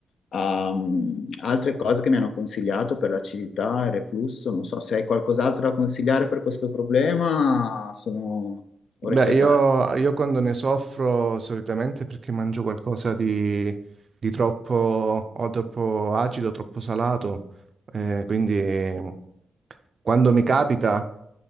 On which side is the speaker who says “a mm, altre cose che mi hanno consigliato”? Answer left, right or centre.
Left